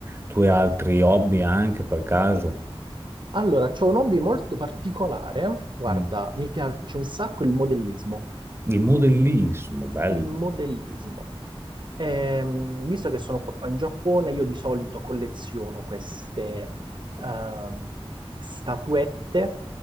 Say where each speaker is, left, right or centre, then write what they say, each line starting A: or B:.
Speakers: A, on the right; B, on the right.
A: Tu hai altri hobby anche per caso?
B: Allora, c'ho un hobby molto particolare. Guarda,
A: Mm.
B: mi piace un sacco il modellismo.
A: Il modellismo, bello.
B: Il modellismo. Ehm, visto che sono qua in Giappone, io di solito colleziono queste ehm, statuette